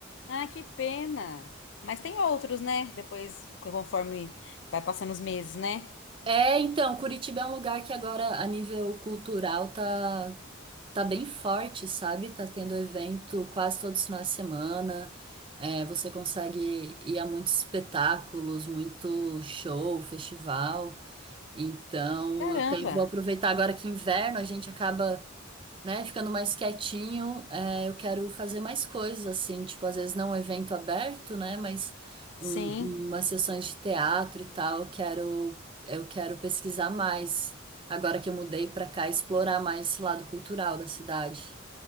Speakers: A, on the left (about 60°); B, on the right (about 25°).
A: Ah, que pena. Mas tem outros, né? Depois, conforme vai passando os meses, né?
B: É, então, Curitiba é um lugar que agora, a nível cultural, tá, tá bem forte, sabe? Tá tendo evento quase todos os finais de semana. É, você consegue ir a muitos espetáculos, muito show, festival. Então,
A: Caramba.
B: eu até vou aproveitar agora que inverno, a gente acaba né? Ficando mais quietinho, é, eu quero fazer mais coisas, assim, tipo, às vezes não um evento aberto, né? Mas
A: Sim.
B: um, umas sessões de teatro e tal, eu quero, eu quero pesquisar mais. Agora que eu mudei pra cá, explorar mais esse lado cultural da cidade.